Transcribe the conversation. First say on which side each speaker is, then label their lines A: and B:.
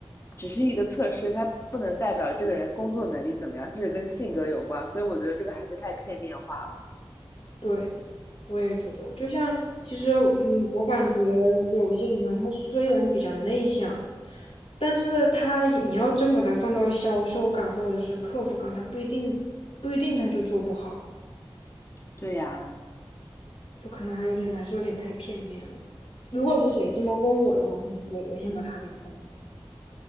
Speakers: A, on the left; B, on the left.
A: 只是一个测试，它不能代表这个人工作能力怎么样，这是跟性格有关，所以我觉得这个还是太片面化了。
B: 对，我也觉得，就像其实，嗯，我感觉有些人呢，他虽然比较内向，但是他你要真把他放到销售岗或者是客服岗，他不一定不一定他就做不好，
A: 对呀，
B: 就可能还有点还是有点太片面了。如果是谁这么问我的话，
A: 是 <laughs>
B: 可能我我先把他给抛死。